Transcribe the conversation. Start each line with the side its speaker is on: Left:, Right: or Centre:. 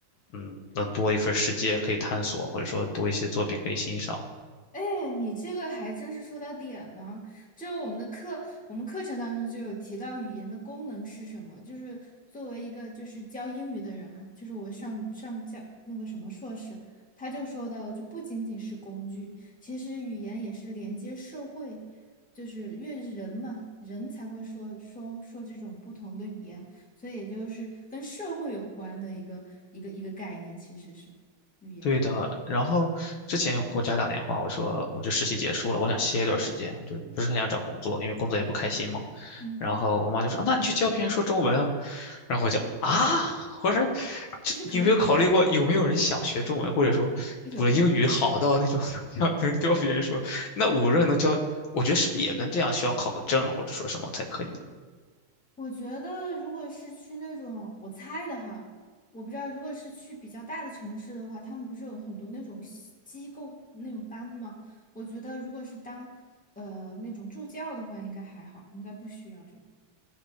Left: 嗯，那多一份世界可以探索，或者说多一些作品可以欣赏。
Centre: 哎，你这个还真是说到点了。就是我们的课，我们课程当中就有提到语言的功能是什么。就是作为一个就是教英语的人哈，就是我上上教那个什么硕士，他就说到了，就不仅仅是工具，其实语言也是连接社会，就是越是人嘛，人才会说说说这种不同的语言，所以也就是跟社会有关的一个一个一个概念，其实是语言。
Left: 对的，然后之前有给我家打电话，我说我这实习结束了，我想歇一段时间，我就不是很想找工作，因为工作也不开心嘛。
Centre: 嗯，
Left: 然后我妈就说：“啊那你去教别人说中文啊。”然后我就啊，我说这你有没有考虑过有没有人想学中文，
Centre: 其实可以。
Left: 或者说我的英语好到那种
Centre: 有。
Left: <laughs> 要能教别人说？那我这能教，我觉得是不是也跟这样需要考个证或者说什么才可以？
Centre: 我觉得，如果是去那种我猜的哈，我不知道，如果是去比较大的城市的话，他们不是有很多那种西机构那种班吗？我觉得，如果是当呃那种助教的话，应该还好，应该不需要这个。